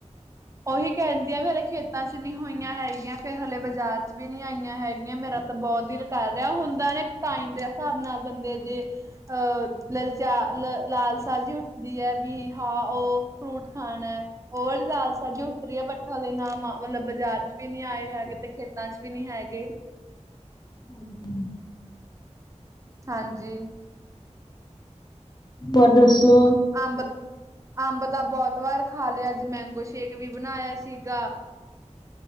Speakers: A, on the right; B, on the left.
A: ਉਹੀ ਕਹਿੰਦੀਆਂ ਮੇਰੇ ਖੇਤਾਂ ਚ ਨਹੀਂ ਹੋਈਆਂ ਹੈਗੀਆਂ ਫੇਰ ਹਲੇ ਬਾਜ਼ਾਰ ਚ ਵੀ ਨਹੀਂ ਆਈਆਂ ਹੈਗੀਆਂ ਮੇਰਾ ਬਹੁਤ ਦਿਲ ਕਰ ਰਿਹਾ ਉਹ ਹੁੰਦਾ ਨਾ ਟਾਇਨ ਦੇ ਹਿਸਾਬ ਨਾਲ ਬੰਦੇ ਜ ਅਹ ਲਲਚਾ ਲ ਲਾਲਸਾ ਜ਼ੀ ਉੱਠਦੀ ਐ। ਵੀ ਹਾਂ ਉਹ ਫਰੂਟ ਖਾਣਾ ਐ। ਹੋਰ ਲਾਲ ਸਾ ਜੀ ਉੱਠ ਰਹੀ ਹੈ ਬੱਟ ਹਾਲੇ ਨਾ -ਨਾ ਮਤਲਬ ਬਾਜ਼ਾਰ ਚ ਵੀ ਨੀ ਆਏ ਹੈਗੇ ਤੇ ਖੇਤਾਂ ਚ ਵੀ ਨੀ ਹੈਗੇ।
B: ਹੂੰ ਹੂੰ
A: ਹਾਂਜੀ
B: ਪਰ ਦੱਸੋ।
A: ਅੰਬ, ਅੰਬ ਦਾ ਬੋਤ ਵਾਰ ਖਾ ਲਿਆ ਅੱਜ ਮੈਂਗੋ ਸ਼ੇਕ ਵੀ ਬਣਾਇਆ ਸੀਗ।